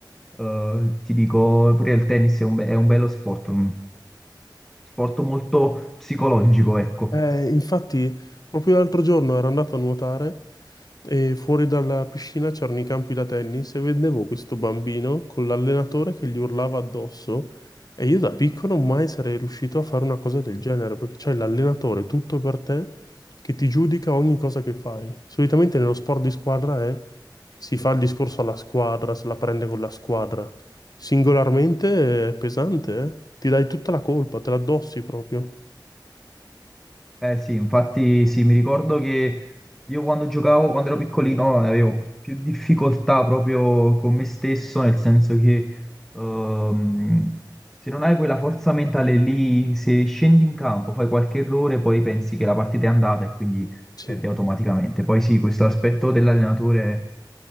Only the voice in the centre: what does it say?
eh, ti dico pure il tennis è un, be- è un bello sport, un sport molto psicologico, ecco.
Eh sì, infatti sì, mi ricordo che io quando giocavo, quando ero piccolino, avevo più difficoltà proprio con me stesso, nel senso che ehm, se non hai quella forza mentale lì, se scendi in campo, fai qualche errore, poi pensi che la partita è andata e quindi
perdi automaticamente. Poi sì, questo aspetto dell'allenatore